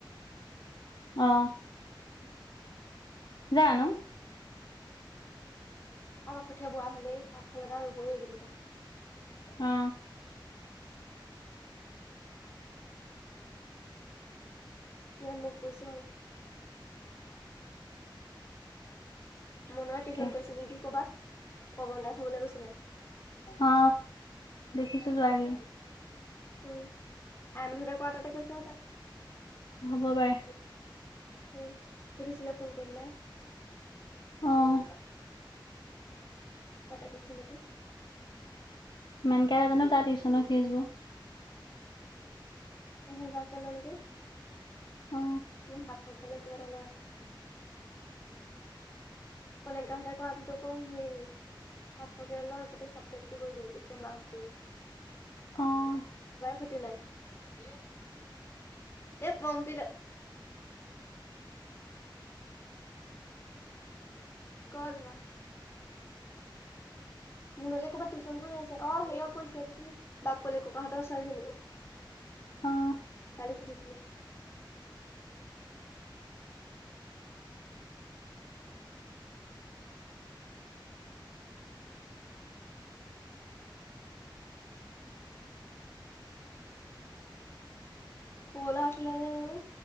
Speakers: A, on the left (about 60°); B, on the left (about 30°).
A: অ।
B: উম
A: জানো।
B: আৰু কঠীয়া বুঢ়া হলেই আগফালপা ৰুবই এইকেইদিনতে
A: অ
B: ইমান ৰদ পৰিছে অ মনুৱে
A: তাকে
B: টিউশ্যন কৰিছে নেকি ক'বাত পৱন দাই থবলে গৈছিলে।
A: অ দেখিছো যোৱাগে।
B: উম আইমানুহতে কৱা তাতে কৰিছ হপাই
A: হ'ব পাই।
B: উ সুধিছিলে ফোন কৰি পেলাই।
A: অ
B: তাতে গৈছে নেকি?
A: মানকে জানো তাৰ টিউচনৰ ফিজবোৰ
B: এহেজাৰ কে লয় নেকি?
A: অ
B: এনে হাতখচ বুলি কিবা এটা লয় আও কনেগা হতে কৰাটোত আকৌ হেৰি সাতশকে লয় গোটেই চাবজেক্টটো কৰি দিয়ে গোটেই মাহটো।
A: অহ।
B: খতি নাই। কি এ পম্পি ল গল মা। মুনলী ক'ৰবাত টিউশ্যন কৰি আছে অ সেইয়া কৰিছে এইটো কি বাপকলি ককাহঁতৰ ছোৱালীজনী
A: অ
B: কালি সুধিছিলো। সৰুলআ উঠিলে নাই জানো?